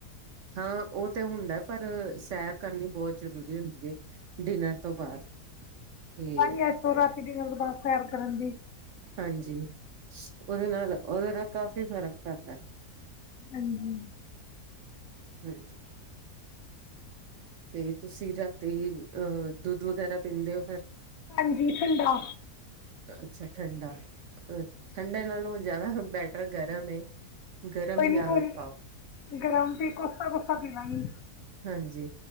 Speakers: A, on the right (about 65°); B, on the left (about 70°).
A: ਹਾਂ, ਉਹ ਤਾਂ ਹੁੰਦਾ ਪਰ ਸੈਰ ਕਰਨੀ ਬਹੁਤ ਜ਼ਰੂਰੀ ਹੁੰਦੀ ਏ। ਡਿਨਰ ਤੋਂ ਬਾਅਦ। ਤੇ
B: ਲੰਘ ਗਿਆ ਇਥੋਂ ਰਾਤੀ ਡਿਨਰ ਤੋਂ ਬਾਅਦ ਸੈਰ ਕਰਨ ਦੀ
A: ਹਾਂਜੀ, ਉਹਦੇ-ਉਹਦੇ ਨਾਲ ਕਾਫ਼ੀ ਪੈਦਾ।
B: ਹਾਂਜੀ।
A: ਹਾਂਜੀ। 'ਤੇ ਤੁਸੀ ਰਾਤੀ ਅਹ ਦੁੱਧ ਵਗੈਰਾ ਪੀਂਦੇ ਹੋ ਫਿਰ।
B: ਹਾਂਜੀ, ਠੰਡਾ।
A: ਅੱਛਾ, ਠੰਡਾ। ਅ ਠੰਡੇ ਨਾਲੋਂ ਜ਼ਿਆਦਾ ਬੈਟਰ ਗਰਮ ਏ। ਗਰਮ
B: ਕੋਈ
A: ਦੀ
B: ਨੀ
A: ਆਦਤ
B: ਕੋਈ
A: ਪਾਓ
B: ਗਰਮ ਤੇ ਕੋਸਾ- ਕੋਸਾ ਪੀ ਲਾਂਗੀ।
A: ਹਾਂਜੀ,